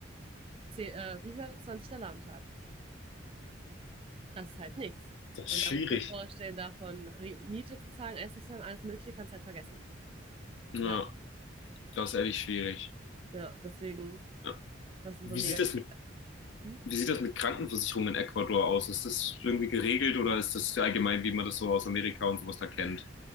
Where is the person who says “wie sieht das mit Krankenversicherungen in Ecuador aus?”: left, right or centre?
Left